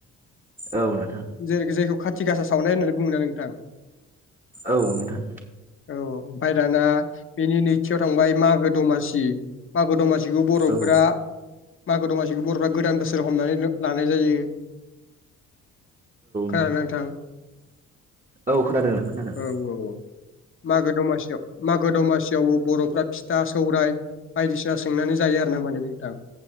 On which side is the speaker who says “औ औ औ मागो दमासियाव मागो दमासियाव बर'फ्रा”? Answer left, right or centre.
Left